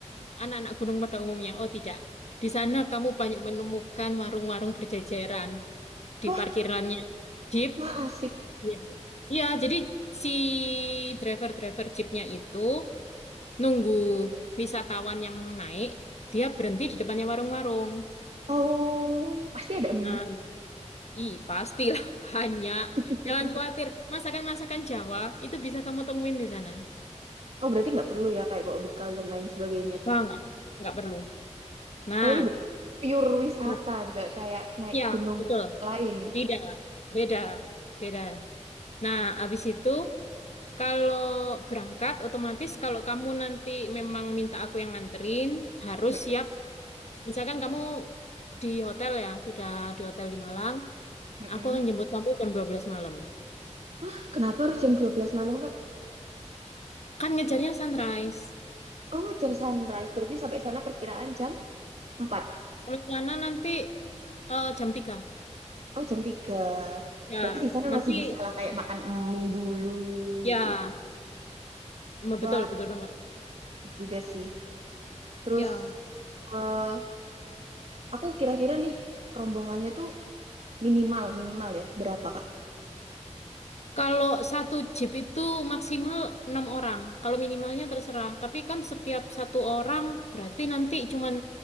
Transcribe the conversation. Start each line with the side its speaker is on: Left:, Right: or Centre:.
Left: anak-anak gunung pada umumnya. Oh, tidak. Di sana kamu banyak menemukan warung-warung berjajaran di
Right: Wah,
Left: parkirannya Jeep.
Right: wah asik.
Left: Iya, Iya, jadi si driver-driver Jeepnya itu nunggu wisatawan yang naik, dia berhenti di depannya warung-warung.
Right: Oh, pasti ada mie.
Left: Nah, i pastilah <laughs> banyak.
Right: <laughs>
Left: Jangan khawatir, masakan-masakan Jawa itu bisa kamu temuin di sana.
Right: Oh, berarti nggak perlu ya kayak bawa bekal dan lain sebagainya tuh.
Left: Wah, enggak, enggak perlu. Nah,
Right: Oh, ini berarti pure wisata,
Left: kenapa?
Right: nggak kayak naik
Left: Ya,
Right: gunung
Left: betul.
Right: lain.
Left: Tidak, beda, beda. Nah, abis itu kalau berangkat otomatis kalau kamu nanti memang minta aku yang nganterin, harus
Right: Mm-mm,
Left: siap. Misalkan kamu di hotel ya, sudah di hotel di Malang,
Right: mm-mm.
Left: aku akan jemput kamu jam 12 malam.
Right: Hah, kenapa harus jam 12 malam, Kak?
Left: Kan ngejarnya sunrise.
Right: Oh, ngejar sunrise. Berarti sampai sana perkiraan jam empat
Left: Sampai sana nanti eh, jam tiga
Right: Oh, jam tiga,
Left: Ya,
Right: Berarti di sana
Left: nanti
Right: masih bisa lah kayak makan mie dulu
Left: ya,
Right: gitu.
Left: me-
Right: Wah,
Left: betul, betul banget.
Right: asik juga sih. Terus
Left: Ya,
Right: eh aku kira-kira nih rombongannya tuh minimal minimal ya berapa Kak?
Left: Kalau satu jeep itu maksimal enam orang. Kalau minimalnya terserah. Tapi kan setiap satu orang berarti nanti cuman